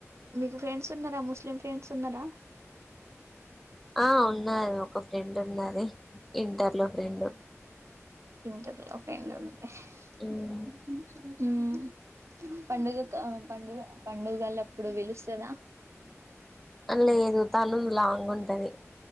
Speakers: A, on the right (about 60°); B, in the centre.
A: మీకు ఫ్రెండ్స్ ఉన్నరా ముస్లిం ఫ్రెండ్స్ ఉన్నరా
B: ఆ ఉన్నరూ ఒక ఫ్రెండ్ ఉన్నది ఇంటర్లో ఫ్రెండ్
A: ఇంటర్ లో ఫ్రెండ్ ఉంది <inaudible>
B: ఉమ్,
A: హ్మ్ పండుగక పండుగ పండుగలప్పుడు విలుస్తదా
B: లేదు తను లాంగ్ ఉంటది.